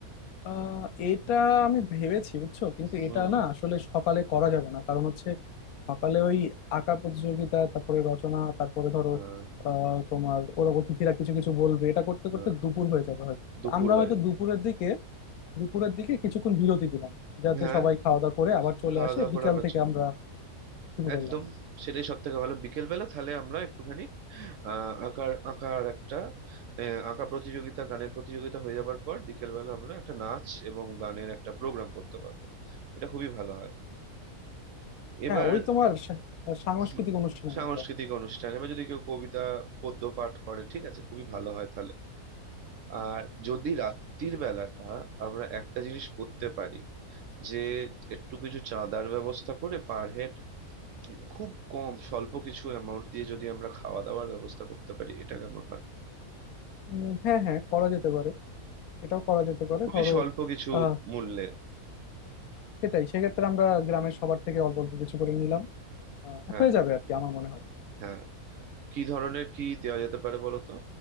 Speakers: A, on the left; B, on the right.
A: আহ এটা আমি ভেবেছি বুঝছো কিন্তু
B: হুম
A: এটা না আসলে সকালে করা যাবে না কারণ হচ্ছে সকালে ওই আঁকা প্রতিযোগিতা তারপরে রচনা তারপরে ধরো
B: হ্যাঁ
A: আহ তোমার ওরা অতিথিরা কিছু কিছু বলবে এটা করতে
B: হ্যাঁ
A: করতে দুপুর হয়ে যাবে হয়তো
B: দুপুর
A: আমরা
B: হয়ে
A: হয়তো দুপুরের দিকে দুপুরের দিকে কিছুক্ষণ বিরতি দিলাম যাতে
B: হ্যাঁ
A: সবাই খাওয়া দাওয়া করে আবার চলে
B: খাওয়া
A: আসে
B: দাওয়া
A: বিকাল
B: করে আবার
A: থেকে
B: চল
A: আমরা শুরু
B: একদম
A: করলাম
B: সেটাই সব থেকে ভালো বিকেল বেলা তাহলে আমরা একটুখানি আহ আঁকার আঁকার একটা আহ, আঁকা প্রতিযোগিতা গানের প্রতিযোগিতা হয়ে যাবার পর বিকেল বেলা আমরা একটা নাচ এবং গানের একটা প্রোগ্রাম করতে পারবো এটা খুবই ভালো হয়
A: হ্যাঁ
B: এবার
A: ওই তোমার সা- সাংস্কৃতিক
B: হুম,
A: অনুষ্ঠানের
B: সাংস্কৃতিক
A: মতো
B: অনুষ্ঠান এবার যদি কেউ কবিতা পদ্য পাঠ করে ঠিক আছে খুবই ভালো হয় তাহলে আর যদি রাত্রির বেলাটা আমরা একটা জিনিস করতে পারি যে একটু কিছু চাঁদার ব্যবস্থা করে পার হেড খুব কম স্বল্প কিছু অ্যামাউন্ট দিয়ে যদি আমরা খাওয়া দাওয়ার ব্যবস্থা করতে পারি এটা কেমন হয়
A: উম, হ্যাঁ হ্যাঁ করা যেতে পারে এটাও করা যেতে পারে
B: খুবই
A: ধরো
B: স্বল্প কিছু
A: আহ
B: মূল্যে
A: সেটাই সেক্ষেত্রে আমরা গ্রামের সবার থেকে অল্প অল্প কিছু করে নিলাম আহ,
B: হ্যাঁ
A: হয়ে যাবে আর কি আমার মনে হয়
B: হ্যাঁ কি ধরনের কি দেওয়া যেতে পারে বলো তো